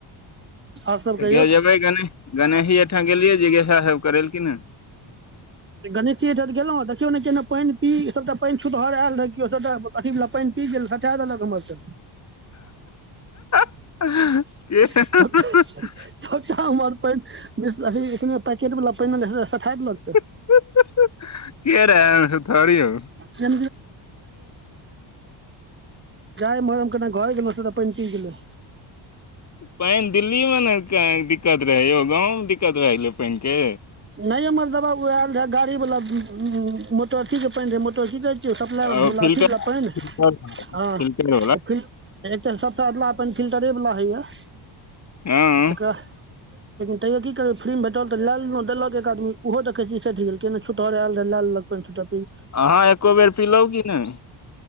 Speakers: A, on the right; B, on the left.
A: आओर सब
B: तऽ
A: कहियौ
B: ग जेबै कनि गणेशी एहिठाम गेलियै जिज्ञासा करैेल कि ने?
A: गणेशी अयठं गेलहुँ देखियौ केना पाइन पी ई सभटा पानि छूदहर आयल रहै केओ सभटा। अथीबा पाइन पी गेल, हटाई देलक हमर त।
B: <unintelligible>
A: सबटा सबटा हमर पाइन बिसलेरी पैकेट वाल पाइन सठा देलक तै।
B: के रहै एहन छुतहर यौ।
A: <unintelligible> जाय एमहर हम कने घर गेलहुँ सबटा पाइन पी गेलय।
B: पाइन दिल्ली में ने दिक्कत रहै यौ गाँवमे दिक्कत भए गेलै पाइनके।
A: न एमर दवा ओ आयल रह गाड़ी वालला मोटरथी के पाइन रहे मोटर कि कहै सप्लाई
B: ओ
A: वला
B: फिल्टर
A: अथि बला पाइन हं,
B: फिल्टर वाला
A: ओ फिल आई काल्हि तऽ सबटा अदला पाइन फिल्टरेवला होइए एकर
B: हँ
A: लेकिन तैयो की करबै फ फ्री में भेटल तऽ लए लेलहु, देलक एक आदमी ओहो देखै छियै सैठ गेल। केने छूतहर आयल रहे, लै लेलक पाइन सबटा पी।
B: अहाँ एको बेर पिलहुँ कि नै।